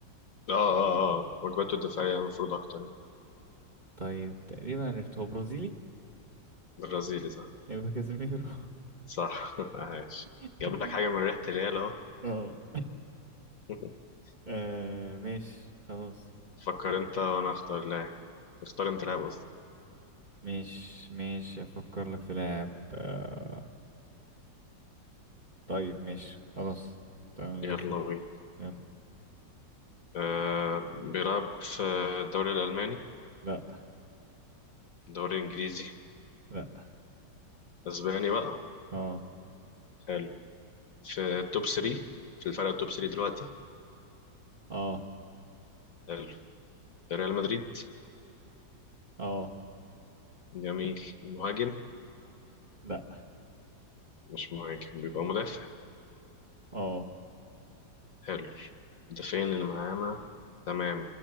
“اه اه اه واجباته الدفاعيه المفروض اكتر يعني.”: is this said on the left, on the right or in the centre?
Left